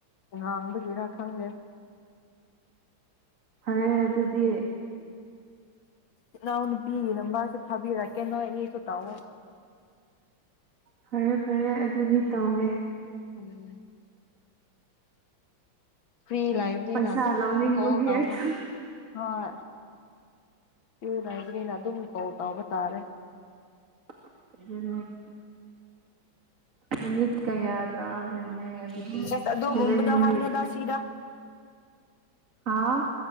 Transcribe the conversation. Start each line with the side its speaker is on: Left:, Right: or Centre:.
Left: ꯉꯥꯡꯕꯒꯤꯔ ꯈꯪꯗꯦ
Right: ꯐꯔꯦ ꯑꯗꯨꯗꯤ
Left: ꯏ ꯅꯅꯥꯎ ꯅꯨꯄꯤꯒꯤ ꯅꯨ ꯃꯥꯁꯨ ꯊꯥꯕꯤꯔꯛꯀꯦ ꯅꯣꯏ ꯑꯅꯤꯁꯨ ꯇꯧꯑꯣ
Right: ꯐꯔꯦ ꯐꯔꯦ ꯑꯗꯨꯗꯤ ꯇꯧꯒꯦ
Left: ꯎꯝ ꯐ꯭ꯔꯤ ꯂꯩꯕꯅꯤꯅ
Right: ꯄꯩꯁꯥ
Left: ꯑꯗꯨꯝ
Right: ꯂꯧꯅꯤꯡꯕꯒꯤ
Left: ꯀꯣꯜ ꯇꯧꯕ
Right: ꯑꯗꯨ
Left: ꯍꯣꯏ ꯏ ꯂꯕꯅꯤꯅ ꯑꯗꯨꯝ ꯀꯣꯜ ꯇꯥꯎꯕ ꯇꯥꯔꯦ
Right: <unintelligible> ꯃꯤꯅꯤꯠ ꯀꯩꯌꯥ ꯇꯕ ꯑꯗꯨꯗꯤ
Left: ꯑꯁ ꯑꯗꯨꯒꯨꯝꯕꯗꯣ
Right: ꯁꯦꯕꯦꯟ ꯃꯤꯅꯤꯠ
Left: ꯍꯥꯏꯅꯨꯗ ꯁꯤꯗ
Right: ꯍꯥꯥ